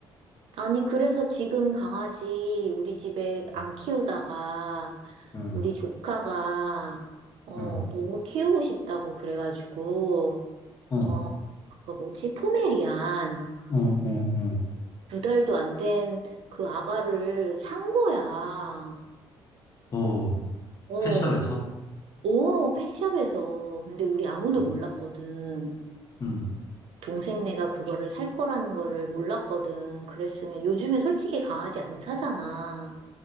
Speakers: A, on the right; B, on the left.
A: 아니, 그래서 지금 강아지 우리 집에
B: 응,
A: 안 키우다가,
B: 응,
A: 우리 조카가, 어,
B: 응,
A: 너무 키우고 싶다고 그래가지고,
B: 어, 어,
A: 어, 그거 뭐지? 포메리안.
B: 어,
A: 두 달도 안 된 그 아가를 산 거야.
B: 어, 어,
A: 어,
B: 펫샵에서?
A: 오, 펫샵에서. 근데 우리 아무도
B: 음,
A: 몰랐거든.
B: 음.
A: 동생네가 그거를 살 거라는 거를 몰랐거든. 그랬으면 요즘에 솔직히 강아지 안 사잖아.